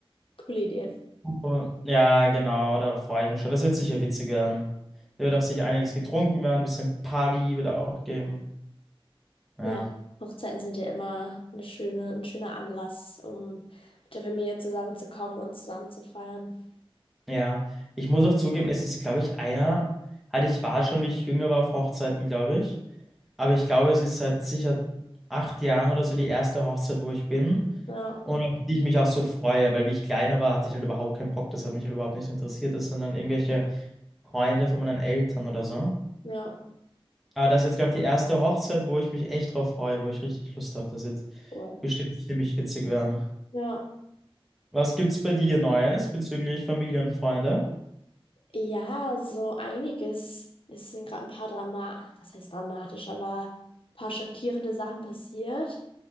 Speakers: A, on the left; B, in the centre.
A: coole Idee.
B: Und Ja, genau, darauf freue ich mich schon. Das wird sicher witzig werden. Da wird auch sicher einiges getrunken werden, ein bisschen Party wird auch geben. Ja,
A: Ja, Hochzeiten sind ja immer eine schöne, ein schöner Anlass, um mit der Familie zusammenzukommen und zusammen zu feiern.
B: ja. Ich muss auch zugeben, es ist, glaube ich, einer, halt ich war schon, wie ich jünger war, auf Hochzeiten, glaube ich. Aber ich glaube, es ist seit sicher acht Jahren oder so die erste Hochzeit, wo ich bin
A: Ja,
B: und auf die ich mich auch so freue, weil wie ich kleiner war, hatte ich halt überhaupt keinen Bock. Das hat mich halt überhaupt nicht interessiert, das waren dann irgendwelche Freunde von meinen Eltern oder so.
A: ja,
B: Aber das ist jetzt, glaube ich, die erste Hochzeit, wo ich mich echt drauf freue, wo ich richtig Lust habe. Das wird
A: cool.
B: bestimmt ziemlich witzig werden.
A: Ja.
B: Was gibt's bei dir Neues bezüglich Familie und Freunde?
A: Ja, so einiges. Es sind gerade ein paar Drama, was heißt dramatisch, aber ein paar schockierende Sachen passiert.